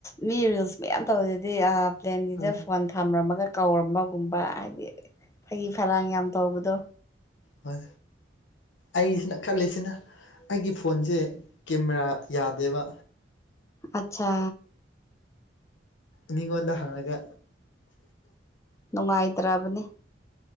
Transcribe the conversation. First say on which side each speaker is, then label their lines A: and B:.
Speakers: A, on the left (about 15°); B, on the left (about 80°).
A: ꯃꯤ ꯔꯤꯜꯁ ꯃꯌꯥꯝ ꯇꯧꯏꯗꯨꯗꯤ ꯑ ꯄ꯭ꯂꯦꯟꯒꯤꯗ
B: ꯍꯣꯏ
A: ꯐꯣꯟ ꯊꯝꯔꯝꯃꯒ ꯀꯧꯔꯃꯒꯨꯝꯕ ꯍꯥꯏꯗꯤ ꯐꯩꯗꯤ ꯐꯔꯥꯡ ꯌꯥꯝ ꯇꯧꯕꯗꯣ
B: ꯍꯣꯏ ꯑꯩꯁꯤꯅ ꯈꯜꯂꯤꯁꯤꯅ ꯑꯩꯒꯤ ꯐꯣꯟꯁꯦ ꯀꯦꯃꯦꯔꯥ ꯌꯥꯗꯦꯕ
A: ꯑꯠꯁꯥ
B: ꯃꯤꯉꯣꯟꯗ ꯍꯪꯔꯒ
A: ꯅꯨꯡꯉꯥꯏꯇ꯭ꯔꯕꯅꯤ